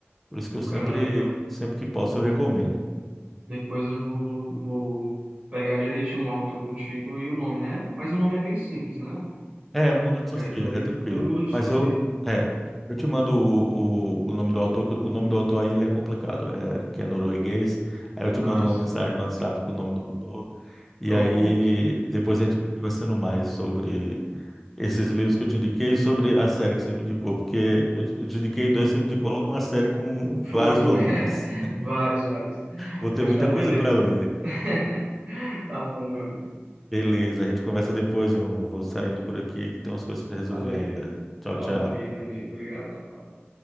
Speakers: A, in the centre; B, on the right.
A: Por isso
B: O
A: que eu sempre,
B: cara, legal.
A: sempre que posso, eu recomendo.
B: Depois eu vou, vou pegar direitinho o autor contigo e o nome, né? Mas o nome é bem simples, né?
A: É, o Mundo de Sofia,
B: É, do livro.
A: é tranquilo.
B: O Mundo de
A: Mas
B: Sofia.
A: eu, é, eu te mando o, o, o nome do autor, que o nome do autor aí ele é complicado, é, que é norueguês. Aí eu te
B: Ah,
A: mando uma
B: sim.
A: mensagem no WhatsApp com o nome do autor. E
B: Pronto.
A: aí depois a gente vai conversando mais sobre esses livros que eu te indiquei, e sobre a série que você me indicou, porque eu, te eu te indiquei dois, você me indicou logo uma série com vários
B: Foi, foi.
A: volumes.
B: <laughs> Vários, vários.
A: Vou ter
B: Hoje
A: muita
B: tá
A: coisa
B: beleza.
A: para ler.
B: <laughs> Tá bom, meu amigo.
A: Beleza, a gente conversa depois, irmão. Vou saindo por aqui que tem umas coisas para resolver
B: Valeu.
A: ainda. Tchau,
B: Tá
A: tchau.
B: ok, meu amigo. Obrigadão. Valeu.